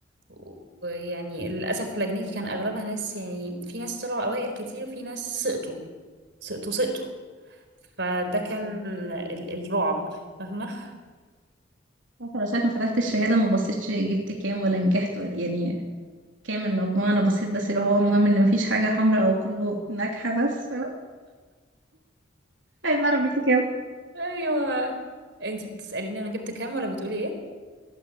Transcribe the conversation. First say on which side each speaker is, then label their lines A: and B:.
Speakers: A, on the right; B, on the right.
A: و- ويعني للاسف لجنتي كان اغلبها ناس يعني في ناس طلعوا اوائل كتير وفي ناس سقطوا سقطوا سقطوا فده
B: الكارثة
A: كان
B: دي
A: ال الرعب فاهمة
B: عارفة <laughs> انا ساعة ما فتحت الشهادة ما بصيتش جبت كام ولا نجحت ولا يعني كام المجموع انا بصيت بس اللي هو المهم ان مفيش حاجة حمراء او كله ناجحة بس <laughs> عايز اعرف جبت كام
A: <laughs> ايوه انتي بتسأليني انا جبت كام ولا بتقولي ايه